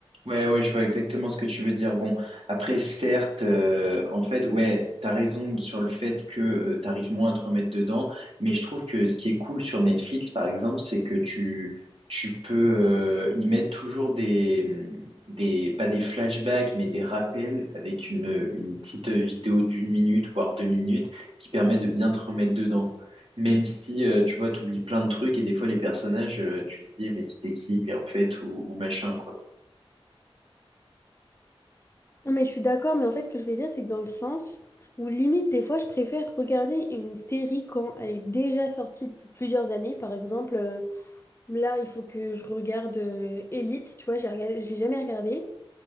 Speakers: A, on the right (about 70°); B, on the left (about 25°).
A: Ouais, ouais, je vois exactement ce que tu veux dire. Bon, après, certes, euh, en fait, ouais, t'as raison sur le fait que euh, t'arrives moins à te remettre dedans, mais je trouve que ce qui est cool sur Netflix, par exemple, c'est que tu, tu peux euh, y mettre toujours des, des, pas des flashbacks, mais des rappels avec une, une petite vidéo d'une minute, voire deux minutes, qui permet de bien te remettre dedans. Même si, euh, tu vois, t'oublies plein de trucs et des fois, les personnages, euh, tu te dis, mais c'était qui, lui, en fait, ou, ou machin, quoi.
B: Non, mais je suis d'accord, mais en fait, ce que je vais dire, c'est que dans le sens où limite, des fois, je préfère regarder une série quand elle est déjà sortie depuis plusieurs années. Par exemple, euh, là, il faut que je regarde euh, Elite, tu vois, j'ai rega- j'ai jamais regardé.